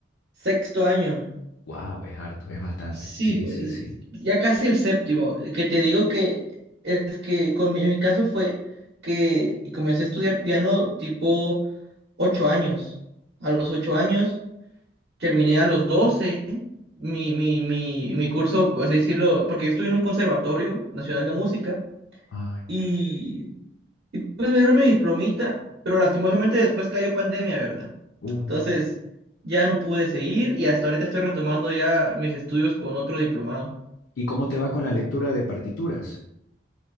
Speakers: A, on the right; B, on the left.
A: sexto año.
B: Wow, es harto, es bastante.
A: Sí,
B: Sí,
A: pues
B: sí, sí.
A: ya casi el séptimo, eh, que te digo que es que con mi, mi caso fue que comencé a estudiar piano tipo ocho años. A los ocho años terminé a los doce mi, mi, mi, mi curso, por así decirlo, porque yo estuve en un conservatorio nacional de música
B: Ah,
A: y
B: ya.
A: pues me dieron mi diplomita, pero lastimosamente después cayó pandemia, ¿verdad?
B: Uh,
A: Entonces ya no pude seguir y hasta ahorita estoy retomando ya mis estudios con otro diplomado.
B: ¿Y cómo te va con la lectura de partituras?